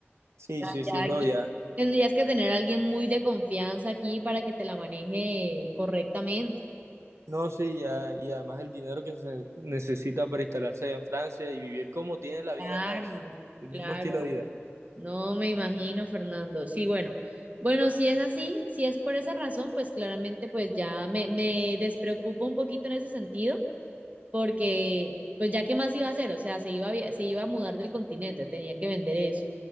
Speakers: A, on the right; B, on the right.
A: Sí,
B: O sea,
A: sí,
B: ya
A: sí, no,
B: aquí
A: ya.
B: tendrías que tener a alguien muy de confianza aquí para que te la maneje correctamente.
A: No, sí, ya. Y además el dinero que se necesita para instalarse allá en Francia y vivir como tiene la vida
B: Claro,
A: acá, o sea, el
B: claro.
A: mismo estilo de vida.
B: No me imagino, Fernando. Sí, bueno. Bueno, si es así, si es por esa razón, pues claramente pues ya me, me despreocupo un poquito en ese sentido, porque pues ya qué más iba a hacer, o sea, se iba, a via- se iba a mudar del continente, tenía que vender eso.